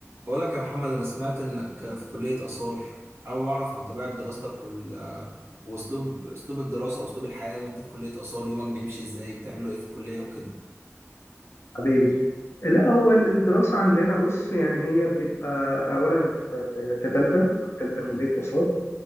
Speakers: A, on the right; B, on the left.
A: بقولك يا محمد أنا سمعت إنك في كلية آثار حابب أعرف عن طبيعة دراستك وال... وأسلوب أسلوب الدراسة وأسلوب الحياة وأنت في كلية آثار يومك بيمشي إزاي بتعملوا إيه في الكلية وكده
B: حبيبي لا هو الدراسة عندنا بص يعني هي بتبقى أولا أنا في في- في تالتة تالتة
A: امم
B: كلية آثار